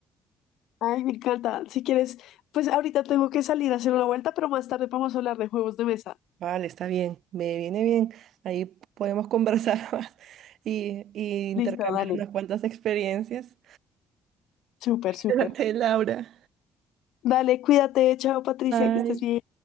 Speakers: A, on the left; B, on the right.
A: Ay, me encanta. Si quieres, pues ahorita tengo que salir a hacer una vuelta, pero más tarde vamos a hablar de juegos de mesa.
B: Vale, está bien, me viene bien. Ahí podemos conversar <laughs> más y, y intercambiar
A: Listo, dale.
B: unas cuantas experiencias.
A: Súper,
B: <laughs>
A: súper.
B: Cuídate, Laura.
A: Dale, cuídate. Chao, Patricia,
B: Bye.
A: que estés bien.